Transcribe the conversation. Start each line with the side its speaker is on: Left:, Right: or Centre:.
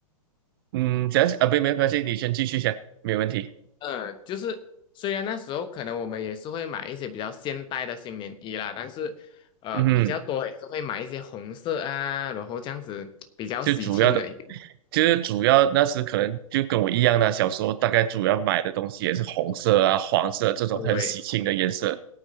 Right: 嗯，讲讲啊，不，没关系，你先继续讲，没问题，
Left: 呃，就是虽然那时候可能我们也是会买一些比较现代的新年衣啦，但是呃比较多也是会买一些红色啊，
Right: 嗯哼，
Left: 然后这样子比较喜庆的一点
Right: 就主要的。就是主要那时可能就跟我一样啦，小时候大概主要买的东西也是红色啊、黄色这种很喜庆的颜色。
Left: 对，